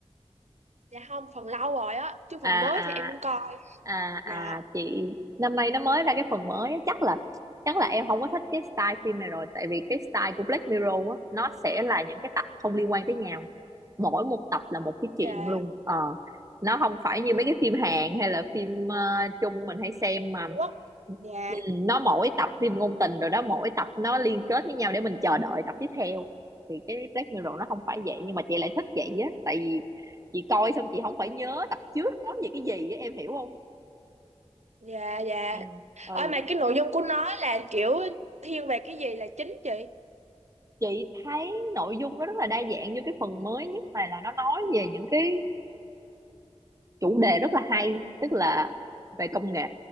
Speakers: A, on the right; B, on the right.
A: dạ không phần lâu rồi á chứ
B: à
A: phần mới
B: à
A: thì em không coi
B: à
A: dạ
B: à chị năm nay nó mới ra cái phần mới á, chắc là chắc là em không có thích cái style phim này rồi tại vì cái style của Black Mirror á, nó sẽ là những cái tập không liên quan tới nhau mỗi một tập là một cái chuyện
A: dạ
B: luôn ờ nó không phải
A: ừ.
B: như mấy cái phim Hàn hay là phim ờ, Trung mình hay xem mà
A: Trung Quốc dạ
B: ừ, nó mỗi tập phim ngôn tình rồi đó mỗi tập nó liên kết với nhau để mình chờ đợi tập tiếp theo thì cái Black Mirror nó không phải vậy nhưng mà chị lại thích vậy á tại vì chị coi xong chị không phải nhớ tập trước nói về cái gì á, em hiểu không
A: dạ dạ
B: ừ ừ
A: ôi mà cái nội dung của nó là kiểu thiên về cái gì là chính chị
B: chị thấy nội dung nó rất là đa dạng như cái phần mới nhất này là nó nói về những cái chủ đề rất là hay tức là về công nghệ